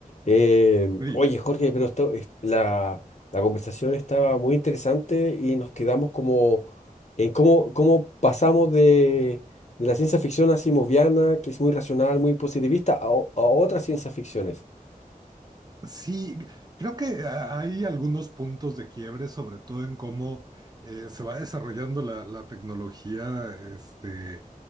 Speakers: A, on the left; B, on the right.
A: Eh,
B: Sí,
A: oye, Jorge, pero esto, es- la, la conversación estaba muy interesante y nos quedamos como en cómo, cómo pasamos de, de la ciencia ficción asimoviana, que es muy racional, muy positivista, a, o- a otras ciencias ficciones.
B: sí, creo que a- hay algunos puntos de quiebre, sobre todo en cómo eh, se va desarrollando la, la tecnología este,